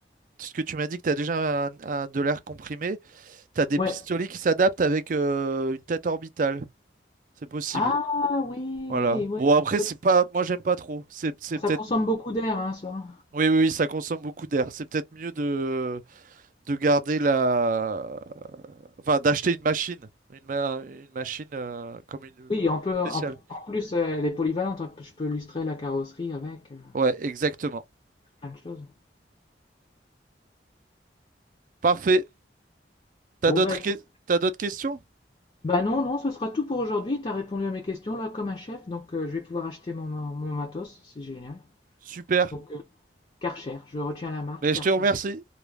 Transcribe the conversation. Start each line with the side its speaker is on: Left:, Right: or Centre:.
Right: Ce que tu m'as dit que tu as déjà un- un- de l'air comprimé, tu as des
Left: Ouais.
Right: pistolets qui s'adaptent avec euh, une tête orbitale. C'est possible.
Left: Ah oui!
Right: Voilà.
Left: Ouais,
Right: Bon, après,
Left: peut
Right: c'est pas... Moi, j'aime pas trop. C'est c'est
Left: ça
Right: peut-être...
Left: consomme beaucoup d'air, hein, ça.
Right: Oui, oui, oui, ça consomme beaucoup d'air. C'est peut-être mieux de... de garder la... Enfin, d'acheter une machine. Une, ma- une machine euh, comme une
Left: Oui, on peut
Right: spéciale.
Left: on en plus, heu, elle est polyvalente, hein, je peux lustrer la carrosserie avec, heu,
Right: Ouais, exactement.
Left: plein de choses.
Right: Parfait. T'as
Left: Bon,
Right: d'autres
Left: bah, écoute
Right: que- t'as d'autres questions?
Left: Bah non, non, ce sera tout pour aujourd'hui. Tu as répondu à mes questions là comme un chef, donc euh, je vais pouvoir acheter mon, mon matos, c'est génial.
Right: Super.
Left: Donc euh, Karcher, je retiens la marque
Right: Mais
Left: Karcher.
Right: je te remercie.